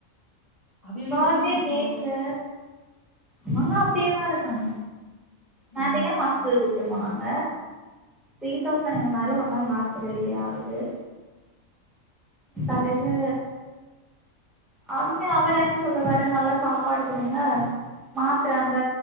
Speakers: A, on the left (about 40°); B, in the centre.
A: அவியல்
B: பர்த்டே
A: எப்படி இருக்கு இப்போ?
B: கேக்கு அவங்க அப்டியேதா இருக்காங்க நேத்திக்
A: ம்.
B: ஏ ஹாஸ்பிட்டல் கூட்டு போனாங்க த்ரீ தௌசனுக்கு மேல ஒரு நாள் ஹாஸ்பிட்டலுக்கே ஆகுது பரகு அங்க அவரென்ன சொல்லுவாரு நல்லா சாப்பாடு குடுங்க மாத்ர அந்த